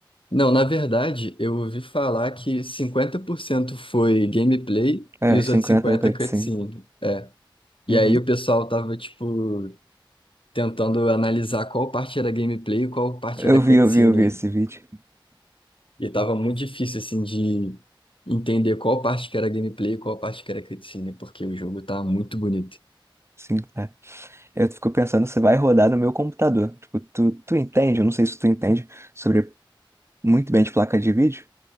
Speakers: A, on the left; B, on the right.
A: Não, na verdade, eu ouvi falar que 50% foi gameplay
B: É,
A: e os
B: 50
A: outros 50%
B: da sim.
A: cutscene. E
B: Uhum.
A: aí o pessoal tava, tipo, tentando analisar qual parte era gameplay e qual parte
B: Eu
A: era cutscene.
B: vi, eu vi, eu vi esse vídeo.
A: E tava muito difícil, assim, de entender qual parte que era gameplay e qual parte que era cutscene, porque o jogo tá muito bonito.
B: Sim, tá. Eu fico pensando se vai rodar no meu computador. Tipo, tu, tu entende? Eu não sei se tu entende sobre muito bem de placa de vídeo.